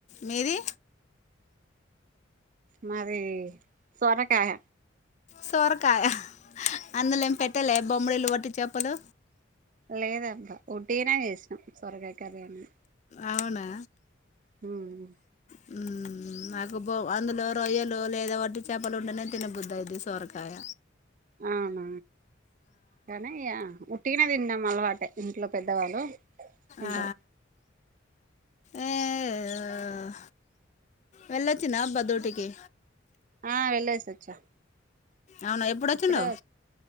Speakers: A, on the left; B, on the right.
A: మీది
B: మాది సొరకాయ
A: సొరకాయ అందులో ఏం పెట్టలే బొమ్మడిలు వట్టి చేపలు
B: లేదా అబ్బా ఒటీగానే చేసినం సొరకై కర్రీ ఏమన్నా
A: అవునా
B: హ్మ్
A: హ్మ్ నాకు బో అందులో రొయ్యలు లేదా వట్టి చేపలు ఉంటేనే తిన బుద్ధి ఐదాది సోర్కయ
B: అవున కానీయ ఉట్టిగనే తిన్నాం అలవాట ఇంట్లో పెద్దవాళ్లు ఎంటో
A: ఆ ఏ ఒ వెళ్ళొచ్చిన అబ్బా దూటికి
B: ఆ వెళ్ళస ఒచ్చా
A: అవునా ఎప్పుడొచ్చినవ్
B: ఇప్పుడే